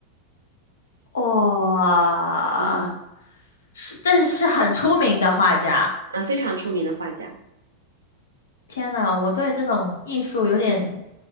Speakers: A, on the left; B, on the right.
A: 哇、
B: 嗯。
A: 是，但是是很出名的画家。
B: 啊，非常出名的画家。
A: 天呐，我对这种艺术有点